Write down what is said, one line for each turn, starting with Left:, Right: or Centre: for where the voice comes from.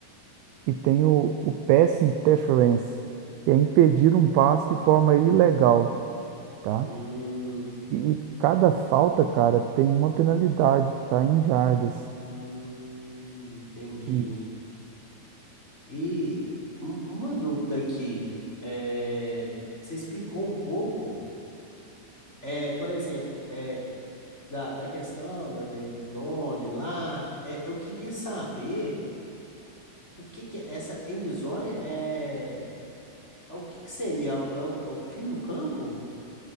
Right: E tem o, o pass interference, que é impedir um passe de forma ilegal, tá?
Left: Hum,
Right: E, e cada falta, cara, tem uma penalidade, tá? Em jardas.
Left: hum, entendi.
Right: isso
Left: E um- uma dúvida aqui, é, você explicou um pouco, é, por exemplo, eh, da, da questão da da endzone lá, é, eu queria saber o que que é- essa endzone é, é o que que seria? É, o, é o é o fim do campo?